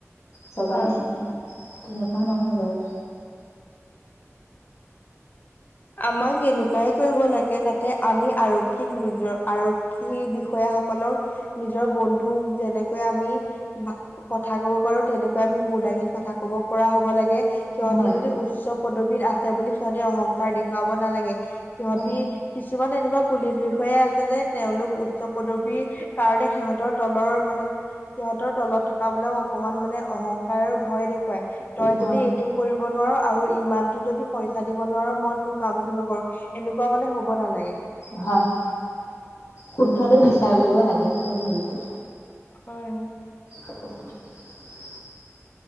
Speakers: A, on the left (about 65°); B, on the left (about 35°).
A: চবাই
B: হয় হয়
A: তেনেকুৱা নহয় বাৰু।
B: আমাক এনেকুৱাই কৰিব লাগে যাতে আমি আৰক্ষীক নিজৰ আৰক্ষী বিষয়া সকলক নিজৰ বন্ধু যেনেকৈ আমি ভা কথা ক'ব পাৰো তেনেকৈ আমি মূৰ দাগি কথা ক'ব পৰা হ'ব লাগে। সিহঁতি
A: হয়,
B: যদি উচ্চ পদবীত আছে বুলি সিহঁতে অহংকাৰ দেখুৱাব নালাগে। সিঁহতি
A: হয়,
B: কিছুমান এনেকুৱা পুলিচ বিষয়া আছে যে তেওঁলোক উচ্চ পদবীৰ কাৰণে সিহঁতৰ তলৰ মানে সিহঁতৰ তলত থকা বোলাক অকমান মানে অহংকাৰ আৰু ভয় দেখ <unintelligible> তই
A: হয়,
B: যদি এইটো কৰিব নোৱাৰো আৰু ইমানটো যদি পইচা দিব নোৱাৰো মই তোৰ কামটো নকৰো এনেকুৱা মানে হ'ব নালাগে।
A: হয়, শুদ্ধটো বিচাৰ কৰিব লাগে হেৰিটো।
B: হয়।
A: <inaudible>